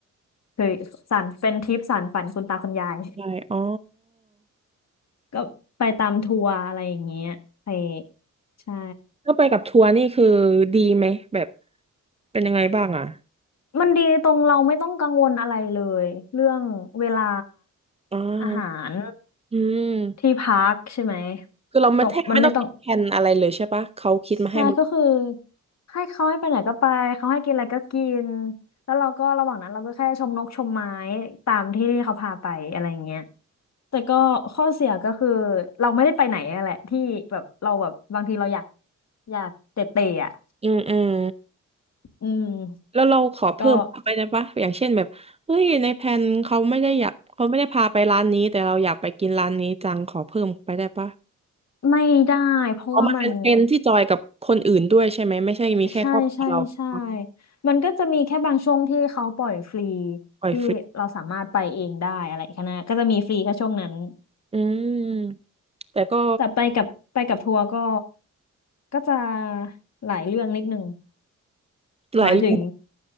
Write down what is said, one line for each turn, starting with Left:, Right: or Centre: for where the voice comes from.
Left: คือสานเป็นทริปสานฝันคุณตาคุณยาย
Right: ใช่อ๋อ
Left: ก็ไปตามทัวร์อะไรอย่างเงี้ยไปใช่
Right: ถ้าไปกับทัวร์นี่คือดีไหมแบบเป็นยังไงบ้างอะ
Left: มันดีตรงเราไม่ต้องกังวลอะไรเลยเรื่องเวลา
Right: อ่า
Left: อาหาร
Right: อืม
Left: ที่พักใช่ไหม
Right: คือเราไม่แทบไม่ต้องคิดแทนอะไรเลยใช่ปะเขาคิดมาให้หมด
Left: ตรงมันไม่ต้อง ใช่ก็คือให้เขาให้ไปไหนก็ไปเขาให้กินอะไรก็กินแล้วเราก็ระหว่างนั้นเราก็แค่ชมนกชมไม้ตามที่ที่เขาพาไปอะไรอย่างเงี้ยแต่ก็ข้อเสียก็คือเราไม่ได้ไปไหนอะแหละที่แบบเราแบบบางทีเราอยากอยากเตะเตะอ่ะ
Right: อืมอืม
Left: อืม
Right: แล้วเราขอเพิ่มเข้าไปได้ปะอย่างเช่นแบบเฮ้ยในแผนเขาไม่ได้อยากเขาไม่ได้พาไปร้านนี้แต่เราอยากไปกินร้านนี้จังขอเพิ่มไปได้ปะ
Left: ก็ไม่ได้เพราะว่ามัน
Right: อ๋อมันเป็นเพนที่จอยกับคนอื่นด้วยใช่ไหมไม่ใช่มีแค่ครอบครัวเราอ๋อ
Left: ใช่ใช่ใช่มันก็จะมีแค่บางช่วงที่เขาปล่อยฟรี
Right: ปล่อยฟรี
Left: ที่เราสามารถไปเองได้อะไรแค่นั้นก็จะมีฟรีแค่ช่วงนั้น
Right: อืมแต่ก็
Left: แต่ไปกับไปกับทัวร์ก็ก็จะหลายเรื่องนิดนึง
Right: หลายเรื่อง
Left: หมายถึง